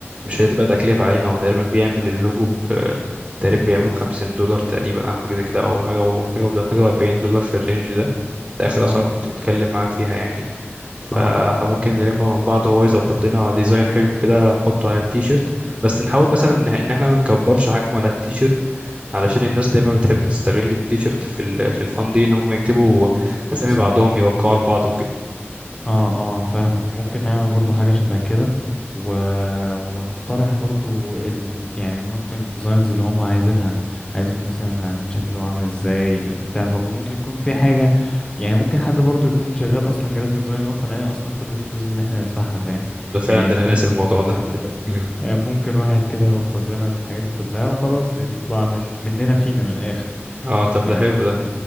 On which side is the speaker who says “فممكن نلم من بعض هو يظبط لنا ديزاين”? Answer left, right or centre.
Right